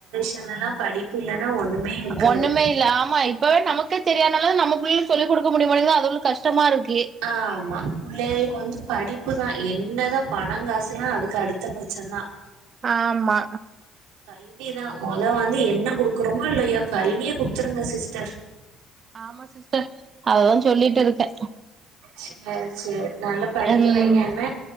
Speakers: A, on the right; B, on the right.
A: ஃபீயூச்சர் எல்லா படிப்பு இல்ன்னா ஒண்ணுமே இருக்காது
B: ஒண்ணுமே இல்ல ஆமா இப்பவே நமக்கே தெரியானாலு நம்ம பிள்ளை சொல்லி கொடுக்க முடிய மாட்டேக்குது அதுகுளுக்கு கஷ்டமா இருக்கு
A: ஆமா பிள்ளைகளுக்கு வந்து படிப்பு தா என்னதா பணோ காசுலா அதுக்கு அடுத்த பட்சோந்தா ஆ
B: ஆமா
A: கல்விதா மொத வந்து என்ன குடுக்குறோமோ இல்லையோ கல்விய குடுத்துருங்க சிஸ்டர்
B: ஆம சிஸ்டர் அததா சொல்லிட்டு இருக்கே
A: செரி செரி நல்லா படிக்க
B: ம்
A: வைங்க என்ன